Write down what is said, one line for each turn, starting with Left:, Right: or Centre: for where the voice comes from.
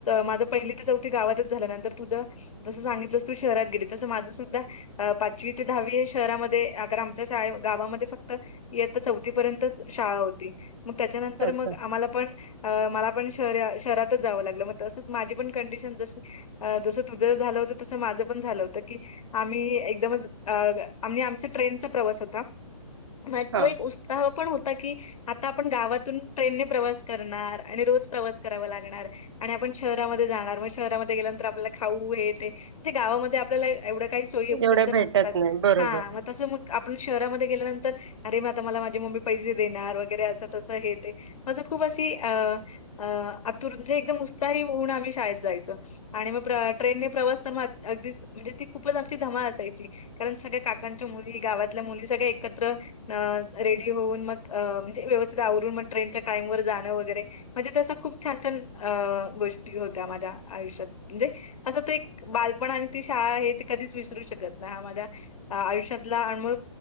Left: माझं पहिली ते चौथी गावातच झालं, नंतर तुझं. जसं सांगितलंस, तू शहरात गेली तसं माझं सुद्धा. अ.. पाचवी ते दहावी शहरामध्ये, अगर आमच्या शाळ गावामध्ये फक्त. इयत्ता चौथीपर्यंतच शाळा होती, मग त्याच्यानंतर
Right: अच्छा.
Left: मग. मला पण, मला पण शहरात जावं लागल. तसंच माझी पण कंडिशन तशी. जसं तुझं झालं होतं, तसं माझं पण झालं होतं की. आम्ही एकदमच अगं आम्ही आमचं ट्रेनचा प्रवास होता. म
Right: हां.
Left: तो एक उत्साह पण होता की, आता आपण गावातून. ट्रेनने प्रवास करणार आणि रोज प्रवास करावा लागणार. आणि आपण शहरामध्ये जाणार मगशहरामध्ये गेल्यानंतर आपल्याला खाऊ हे ते जे गावामध्ये आपल्याला एवढं काही सोई उपलब्ध
Right: एवढ्या भेटत
Left: नसतात
Right: नाही. बरोबर.
Left: हा तसं मग आपण शहरामध्ये गेल्यानंतर अरे, मग आता मला माझी मम्मी पैसे देणार वगैरे असं तसं हे ते. माझ खूप अशी अ -आतुर म्हणजे, एकदम उत्साही होऊन आम्ही शाळेत जायचो. आणि मग ट्रेनने प्रवास तर मग, अगदीच म्हणजे ती खूपच आमची धमाल असायची. कारण सगळ्या काकांच्या मुली गावातल्या मुली सगळ्या एकत्र अ रेडी होऊन मग अ म्हणजे व्यवस्थित आवरून मग ट्रेनच्या टाइम वर जाणं वगैरे म्हणजे तसं खूप छान छान अ.. गोष्टी होत्या. माझ्या आयुष्यात म्हणजे, असं तो एक बालपण आणि ती शाळा आहे, ते कधीच विसरू शकत नाही. हा माझ्या अ.. आयुष्यातला अनमोल